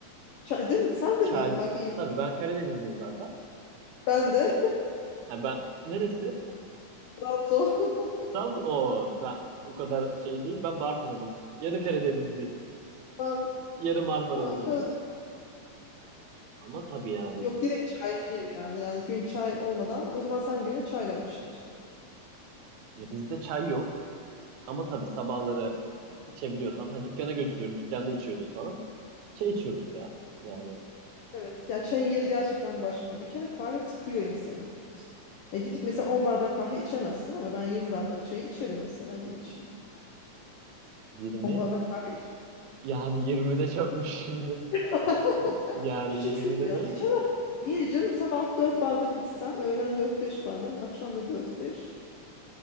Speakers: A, on the left; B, on the right.
A: Çay değil mi? Sen de
B: Çaycı.
A: mi? Bak ilginç.
B: Tabii ben Karadenizliyim zaten.
A: Ben de.
B: Ha, ben neresi?
A: <laughs> Trabzon.
B: Trabzon. O ben o kadar şey değil. Ben Bartın hani. Yarı Karadenizli,
A: Mantı.
B: yarı Marmaralı
A: Tamam
B: gibi.
A: Karadeniz.
B: Ama tabii yani
A: Yok direkt çaycıyım yani. Yani gün çay olmadan o zaman sen güne çayla başlıyorsun.
B: ya bizde çay yok. Ama tabii sabahları içebiliyorsam. Ha dükkana götürüyoruz. Dükkanda içiyoruz falan. Şey içiyoruz ya. Yani
A: Evet. Ya çayın yeri gerçekten başka. Bir kere kahve tıkıyor insanı. Biz, ya gidip mesela 10 bardak kahve içemezsin ama ben 20 bardak çayı içerim mesela gün içinde.
B: 20
A: on bardak kahve içerim.
B: yani <laughs> 20 çokmuş şimdi.
A: <laughs>
B: Yani
A: Küçük
B: 20
A: fincan
B: değil
A: iç ama
B: de
A: niye canım sabah 4 bardak içsen öğlen dört beş bardak akşam da dört beş